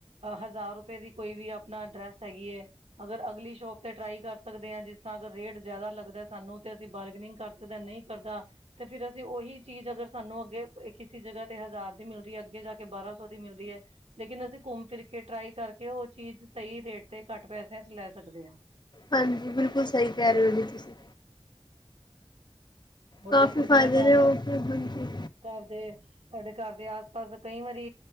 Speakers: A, on the right; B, on the left.
A: ਹਜ਼ਾਰ ਰੁਪਏ ਦੀ ਕੋਈ ਵੀ ਆਪਣਾ ਡਰੈਸ ਹੈਗੀ ਐ। ਅਗਰ ਅਗਲੀ ਸ਼ੋਪ ਤੇ ਟਰਾਈ ਕਰ ਸਕਦੇ ਆ ਜਿਸ ਥਾਂ ਦਾ ਰੇਟ ਜ਼ਿਆਦਾ ਲੱਗਦਾ ਸਾਨੂੰ ਅਸੀਂ ਬਾਰਗਨਿੰਗ ਕਰ ਸਕਦੇ ਨਈ ਕਰਦਾ। ਤੇ ਫਿਰ ਅਸੀਂ ਉਹੀ ਚੀਜ਼ ਅਗਰ ਸਾਨੂੰ ਅੱਗੇ ਕਿਸੇ ਜਗ੍ਹਾ ਤੇ ਹਜ਼ਾਰ ਦੀ ਮਿਲਦੀ ਐ ਅੱਗੇ ਜਾ ਕੇ ਬਾਰਾਂ ਸੌ ਦੀ ਮਿਲਦੀ ਐ। ਲੇਕਿਨ ਅਸੀਂ ਘੁੰਮ ਫਿਰ ਕੇ ਟਰਾਈ ਕਰਕੇ ਉਹ ਚੀਜ਼ ਸਈ ਰੇਟ ਤੇ ਘੱਟ ਪੈਸਿਆ ਚ ਲੈ ਸਕਦੇ ਆ।
B: ਹਾਂਜੀ ਬਿਲਕੁਲ ਸਹੀ ਕਹਿ ਰੇ ਔ ਜੀ ਤੁਸੀਂ
A: ਔਰ
B: ਕਾਫੀ
A: ਦੇਖੋ
B: ਫ਼ਾਇਦੇ
A: ਜਿਵੇਂ ਘਰ
B: ਨੇ ਉਹ
A: ਦੇ
B: ਖਰੀਦਨ ਚ
A: ਘਰ ਦੇ, ਸਾਡੇ ਘਰ ਦੇ ਆਸ ਪਾਸ ਕਈ ਵਾਰੀ